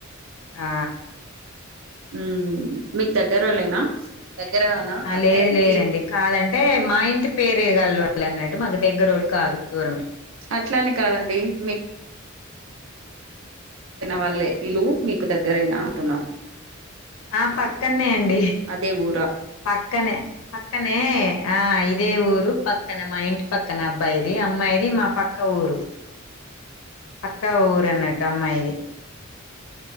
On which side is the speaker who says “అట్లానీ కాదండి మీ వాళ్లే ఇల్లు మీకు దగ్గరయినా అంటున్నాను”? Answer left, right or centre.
Right